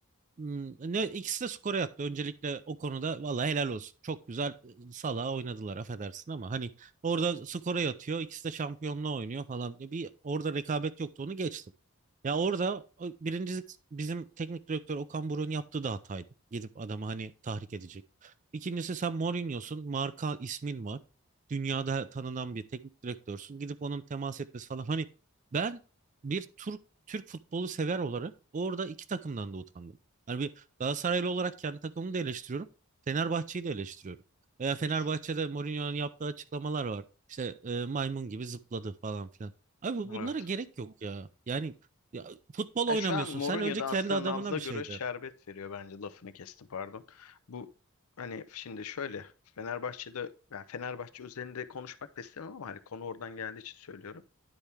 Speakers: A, on the right; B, on the left.
A: Hmm, ne ikisi de skora yattı. Öncelikle o konuda vallahi helal olsun. Çok güzel e, salağa oynadılar affedersin ama hani orada skora yatıyor. ikisi de şampiyonluğa oynuyor falan. E, Bir orada rekabet yoktu onu geçtim. Ya orada o birincisi bizim teknik direktör Okan Buruk'un yaptığı da hataydı. Gidip adamı hani tahrik edecek. İkincisi sen Mourinho'sun. Marka ismin var. Dünyada tanınan bir teknik direktörsün. Gidip onun temas etmesi falan. Hani ben bir Türk Türk futbolu sever olarak orada iki takımdan da utandım. Hani bir Galatasaraylı olarak kendi takımımı da eleştiriyorum. Fenerbahçe'yi de eleştiriyorum. Veya Fenerbahçe'de
B: E, şu-
A: Mourinho'nun yaptığı açıklamalar var. İşte e, maymun gibi zıpladı falan filan. Abi bu-
B: Evet.
A: bunlara gerek yok ya. Yani ya, futbol
B: Ya
A: oynamıyorsun.
B: şu an Mourinho
A: Sen önce
B: da
A: kendi
B: aslında
A: adamına
B: nabza
A: bir
B: göre
A: şey
B: şerbet
A: de.
B: veriyor bence lafını kestim pardon. Bu hani şimdi şöyle Fenerbahçe'de yani Fenerbahçe üzerinde konuşmak da istemem ama hani konu oradan geldiği için söylüyorum.